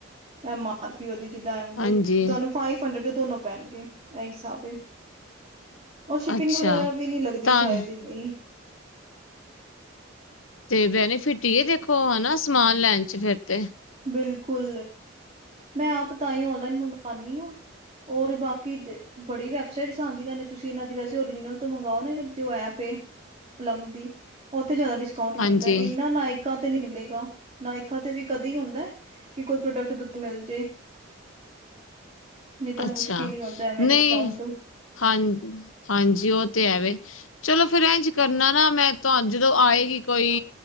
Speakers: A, on the right (about 35°); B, on the left (about 85°).
A: ਐਮ। ਆਰ ਪੀਓ ਦੀ ਜਿੱਦਾਂ ਐਵੇਂ
B: ਹਾਂਜੀ
A: ਤੁਹਾਨੂੰ ਫਾਈਵ ਹੰਡਰਡ ਦੇ ਦੋਨੋ ਪੈਣਗੇ ਇਹ ਹਿਸਾਬ ਹੈ। ਉਹ ਸ਼ਿਪਿੰਗ
B: ਅੱਛਾ
A: ਵਗੈਰਾ ਵੀ ਨਹੀਂ ਲੱਗਦੀ
B: ਤਾਂ
A: ਸ਼ਾਇਦ ਇਹੀ।
B: ਤੇ ਬੈਨਿਫਿਟ ਆ ਦੇਖੋ ਹਨਾ ਸਮਾਨ ਲੈਣ 'ਚ ਫਿਰ ਤੇ।
A: ਬਿਲਕੁਲ ਮੈਂ ਆਪ ਤਾਂ ਹੀ ਓਨਲਾਈਨ ਮੰਗਵਾਉਣੀ ਹਾਂ। ਔਰ ਬਾਕੀ ਬੜੀ ਵੈਬਸਾਈਟਸ ਆਉਂਦੀਆਂ ਨੇ ਤੁਸੀਂ ਇਹਨਾਂ ਦੀ ਵੈਸੇ ਓਰੀਜਨਲ ਤੋਂ ਮੰਗਓ ਨਾ ਇਹ ਦੀ ਜੋ ਐਪ। ਪਲਮ ਦੀ ਉੱਥੇ ਜ਼ਿਆਦਾ ਡਿਸਕਾਉਂਟ। ਡਿਸਕਾਉਂਟ
B: ਹਾਂਜੀ
A: ਮਿਲਦਾ ਹੈ। ਇਹਨਾ ਨਾਇਕਾ ਤੇ ਨੀ ਮਿਲੇਗਾ ਨਾਇਕਾ ਤੇ ਵੀ ਕਦੀ ਹੁੰਦਾ। ਕਿ ਕੋਈ ਪ੍ਰੋਡਕਟ ਦੁੱਧ ਮਿਲ ਜੇ। ਨਹੀਂ ਤਾਂ
B: ਅੱਛਾ
A: ਮੁਸ਼ਕਿਲ ਹੀ ਹੁੰਦਾ ਐਵੇਂ
B: ਨਹੀਂ
A: ਡਿਸਕਾਊਂਟ।
B: ਹਾਂ ਹਾਂਜੀ ਉਹ ਤੇ ਐਵੇ। ਚਲੋ ਫੇਰ ਇੰਝ ਕਰਨਾ ਨਾ ਮੈਂ ਤੁਹਾਨੂੰ ਜਦੋਂ ਆਏਗੀ ਕੋਈ।